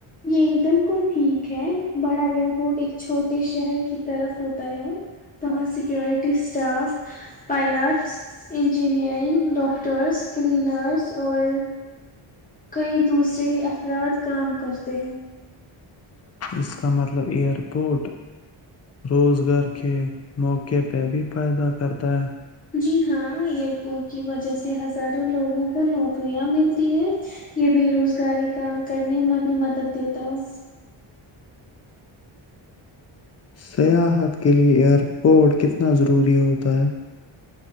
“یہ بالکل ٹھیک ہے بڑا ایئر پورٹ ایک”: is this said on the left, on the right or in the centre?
Left